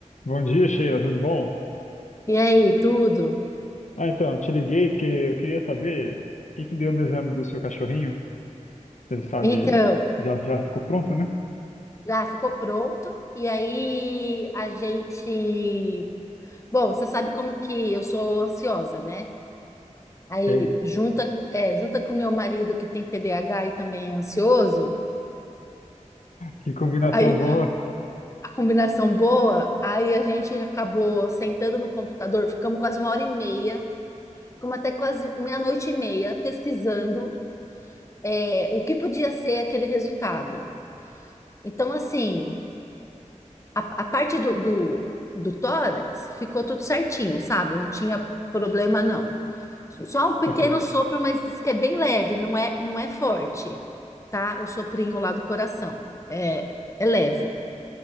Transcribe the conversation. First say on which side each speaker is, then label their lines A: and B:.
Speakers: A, on the left; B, on the left.
A: Bom dia, Sheila, tudo bom?
B: E aí, tudo?
A: Ah, então, eu te liguei porque eu queria saber o que que deu no exame do seu cachorrinho. Você sabe,
B: Então,
A: já, já ficou pronto, né?
B: já ficou pronto. E aí a gente. Bom, você sabe como que eu sou ansiosa, né? Aí
A: Ok,
B: junta, é, junta com meu marido que tem TDAH e também é ansioso.
A: Que combinação
B: Aí
A: boa.
B: a combinação boa. Aí a gente acabou sentando no computador, ficamos quase uma hora e meia, ficamos até quase meia-noite e meia pesquisando, é, o que podia ser aquele resultado. Então, assim. a, a parte do, do, do tórax ficou tudo certinho, sabe? Não tinha problema, não. Só um pequeno
A: ok.
B: sopro, mas diz que é bem leve, não é, não é forte, tá? O soprinho lá do coração. É, é leve.